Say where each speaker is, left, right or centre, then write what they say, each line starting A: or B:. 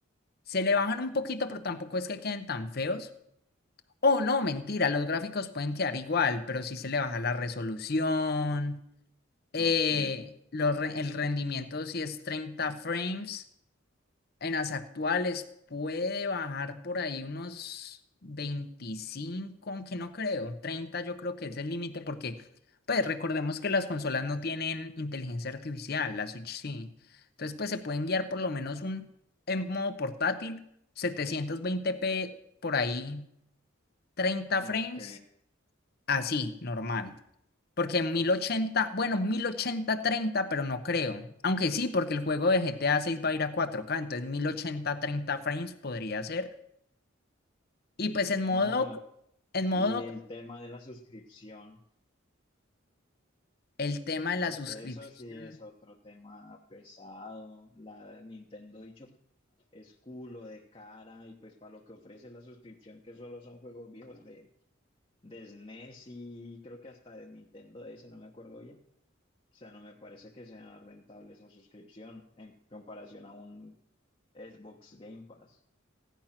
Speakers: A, on the left; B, on the left.
A: Se le bajan un poquito, pero tampoco es que queden tan feos. Oh, no, mentira, los gráficos pueden quedar igual, pero sí se le baja la resolución, eh,
B: Ok,
A: los re- el rendimiento si es 30 frames. En las actuales puede bajar por ahí unos 25, aunque no creo. treinta, yo creo que es el límite porque, pues recordemos que las consolas no tienen inteligencia artificial, la Switch sí. Entonces, pues se pueden guiar por lo menos un, en modo portátil, setecientos veinte p por ahí, treinta
B: ok.
A: frames, así, normal. Porque en 1080 bueno, mil ochenta treinta pero no creo. Aunque sí, porque el juego de GTA 6 va a ir a cuatro k entonces mil ochenta treinta frames podría ser. Y pues en modo,
B: Mano,
A: en modo,
B: y el tema de la suscripción,
A: el tema de la
B: porque
A: suscripción.
B: eso sí es otro tema pesado. La Nintendo, dicho, es culo de cara y pues para lo que ofrece la suscripción, que solo son juegos viejos de, de SNES y creo que hasta de Nintendo DS, no me acuerdo bien. O sea, no me parece que sea rentable esa suscripción en comparación a un Xbox Game Pass.